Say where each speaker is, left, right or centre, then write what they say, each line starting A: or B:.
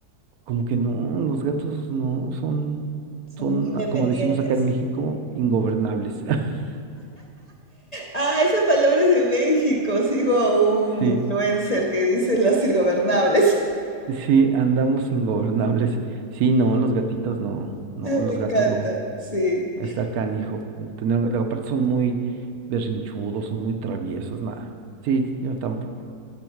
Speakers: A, on the right (about 70°); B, on the left (about 35°).
A: como que no, los gatos no son,
B: son
A: son,
B: muy independientes.
A: ah, como decimos acá en México, ingobernables. <laughs>
B: Ah, esa palabra es de México. Sigo a un
A: Sí,
B: influencer que dice las irgobernables.
A: sí, andamos ingobernables. Sí, no, los gatitos no,
B: <laughs>
A: no,
B: Ay,
A: los
B: Me encanta,
A: gatos no.
B: sí.
A: Está canijo. Tener, luego aparte son muy berrinchudos, son muy traviesos, nada. Sí, yo tampoco.